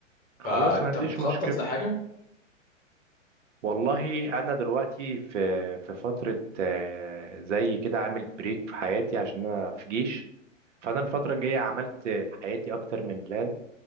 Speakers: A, on the right; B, on the left.
A: خلاص
B: فانت
A: ما عنديش
B: بتخطط
A: مشكلة
B: لحاجه
A: والله أنا دلوقتي في في فترة آه، زي كده عامل بريك في حياتي عشان أنا في جيش فأنا الفترة الجاية عملت لحياتي أكتر من بلان